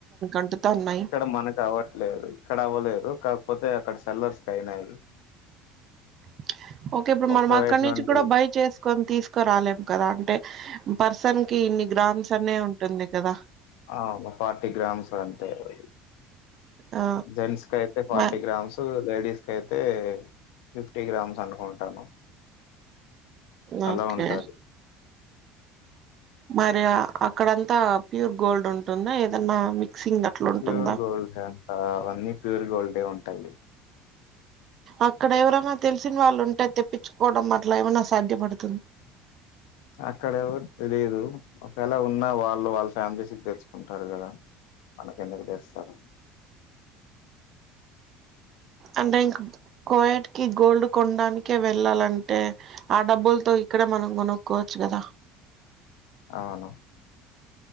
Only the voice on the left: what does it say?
ఇక్కడ మనకు అవ్వట్లేదు ఇక్కడ అవ్వలేదు కా పోతే అక్కడ సెల్లర్స్ క అయినాయివి.
కోయట్
నుండి
ఆ ఫార్టీ గ్రామ్స్ అంటేవి
జెంట్స్ క అయితే ఫార్టీ
గ్రామ్స్ లేడీస్కి అయితే ఫిఫ్టీ గ్రామ్స్ అనుకుంటాను.
అలా ఉంటది
ప్యూర్ గోల్డ్ కంత అన్నీ ప్యూర్గోల్డె ఉంటాయి.
అక్కడేవరు తెలిదు. ఒకవేళ ఉన్నా వాళ్ళు వాళ్ళ ఫ్యామిలీ సి తెచ్ ఉంటారు కదా మనకే నిర్దస్తారు.
అవును